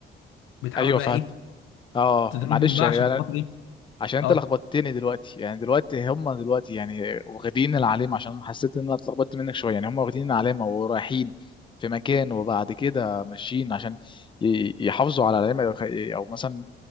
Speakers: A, on the left (about 85°); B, on the left (about 25°).
A: بتحاول
B: ايوه
A: بقى
B: فهمت
A: ايه
B: اه
A: تضربهم
B: معلش
A: بقى
B: يعني
A: عشان
B: انا
A: خاطر ايه
B: عشان انت
A: اه
B: لخبطتني دلوقتي يعني دلوقتي هم دلوقتي يعني واخدين العلامه عشان حسيت ان انا اتلخبطت منك شويه يعني هم واخدين العلامه ورايحين في مكان وبعد كده ماشيين عشان ي- يحافظوا على العلامه او خ- أو مثلا